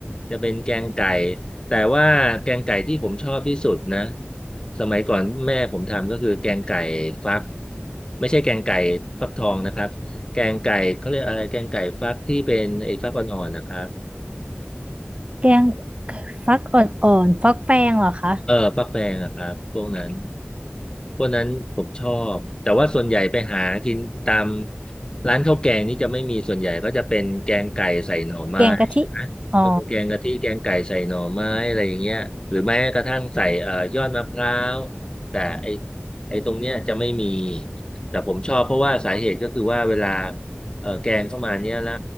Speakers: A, on the left (about 20°); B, on the right (about 30°).
A: จะเป็นแกงไก่แต่ว่าแกงไก่ที่ผมชอบที่สุดนะสมัยก่อนแม่ผมทำก็คือแกงไก่ฟักไม่ใช่แกงไก่ฟักทองนะครับแกงไก่เขาเรียกอะไรแกงไก่ฟักที่เป็นไอ้ฟักอ่อนๆนะครับ
B: แกงฟักอ่อนๆฟักแฟงเหรอคะ
A: เออฟักแฟงอะครับพวกนั้นพวกนั้นผมชอบแต่ว่าส่วนใหญ่ไปหากินตามร้านข้าวแกงนี่จะไม่มีส่วนใหญ่ก็จะเป็นแกงไก่ใส่หน่อไม้ใช่ไหมก็คือแกงกะทิแกงไก่ใส่หน่อไม้อะไรอย่างเงี้ยหรือแม้กระทั่งใส่เอ่อยอดมะพร้าว
B: แกงกะทิอ๋อ
A: แต่ไอไอตรงเนี้ยจะไม่มีแต่ผมชอบเพราะว่าสาเหตุก็คือว่าเวลาเอ่อแกงเข้ามาเนี้ยแล้ว